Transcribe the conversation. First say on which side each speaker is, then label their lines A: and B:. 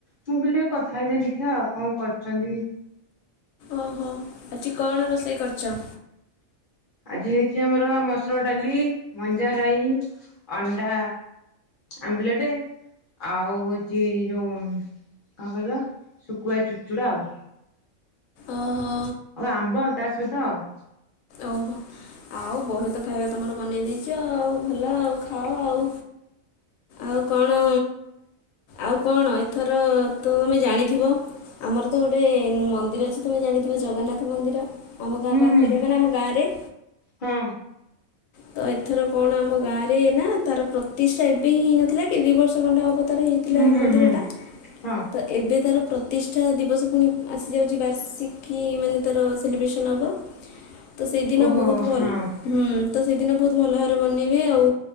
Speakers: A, on the left; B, on the left.
A: ମୁଁ କହିଲି ଆଉ କଥା ହେଇକି ଦେଖିଆ ଆଉ କଣ କରୁଛନ୍ତି?
B: ଓହୋ ଆଜି କଣ ରୋଷେଇ କରିଛ?
A: ଆଜି ହେଇଛି ଆମର ମସୁର ଡାଲି, ମଞ୍ଜା ରାଇ ଅଣ୍ଡା ଆମ୍ଲଲେଟ୍ ଆଉ ହଉଛି ଯେଉଁ କଣ କହିଲ ଶୁଖୁଆ ଚୁଡ଼ଚୁଡ଼ା ଆଉ।
B: ଓହୋ
A: ଆଉ ଆମ୍ବ ତା ସହିତ ଆଉ।
B: ଓହୋ ଆଉ ବହେତ ଖାଇବା ତମର ବନେଇ ଦେଇଛ ଆଉ ଭଲ ଆଉ, ଖାଅ ଆଉ। ଆଉ କଣ, ଆଉ କଣ ଏଥର ତ ତମେ ଜାଣିଥିବ? ଆମର ତ ଗୋଟେ ମନ୍ଦିର ଅଛି ତୁମେ ଜାଣିଥିବ ଜଗନ୍ନାଥ ମନ୍ଦିର। ଆମ ଗାଁ
A: ହୁଁ
B: ପାଖରେ
A: ହୁଁ
B: ମାନେ ଆମ ଗାଁରେ।
A: ହଁ
B: ତ ଏଥର କଣ ଆମ ଗାଁ ରେ ନା ତାର ପ୍ରତିଷ୍ଠା ଏବେ ହିଁ ହେଇନଥିଲା କି ଦି ବର୍ଷ ଖଣ୍ଡେ ହବ <unintelligible> ହେଇଥିଲା
A: ହୁଁ ହୁଁ
B: ମନ୍ଦିରଟା
A: ହୁଁ ହଁ।
B: ତ ଏବେ ତାର ପ୍ରତିଷ୍ଠା ଦିବସ ପୁଣି ଆସିଯାଉଛି ବାର୍ଷିକୀ ମାନେ ତାର ସେଲିବ୍ରେସନ୍ ହେବ। ତ ସେଇଦିନ
A: ଓହୋ
B: ବହୁତ ଭଲ
A: ହଁ
B: ହୁଁ ତ ସେଇଦିନ ବହୁତ ଭଲ ଭାବରେ ବନେଇବେ ଆଉ।